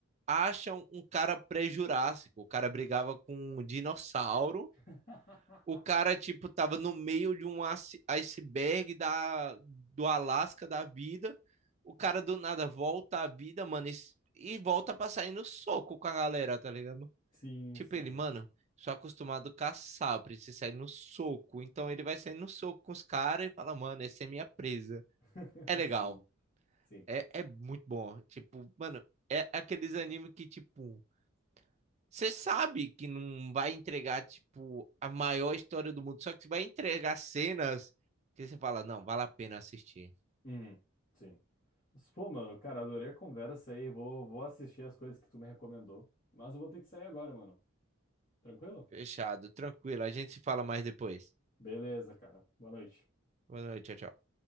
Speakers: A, on the right; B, on the left.
A: acham um cara pré-jurássico. O cara brigava com um dinossauro.
B: <laughs>
A: O cara, tipo, tava no meio de um ice- iceberg da, do Alasca da vida. O cara do nada volta à vida, mano, e, e volta pra sair no soco com a galera, tá ligado?
B: Sim,
A: Tipo,
B: sim.
A: ele, mano, sou acostumado a caçar, eu preciso sair no soco. Então ele vai sair no soco com os caras e fala, mano, essa é minha presa.
B: <laughs>
A: É legal.
B: Sim, sim.
A: É, é muito bom. Tipo, mano, é aqueles animes que, tipo, Você sabe que não vai entregar, tipo, a maior história do mundo, só que vai entregar cenas que você fala, não, vale a pena assistir.
B: Uhum. Sim. Mas, Pô, mano, cara, adorei a conversa aí. Vou, vou assistir as coisas que tu me recomendou. Mas eu vou ter que sair agora, mano. Tranquilo?
A: Fechado, tranquilo. A gente se fala mais depois.
B: Beleza, cara. Boa noite.
A: Boa noite, tchau, tchau.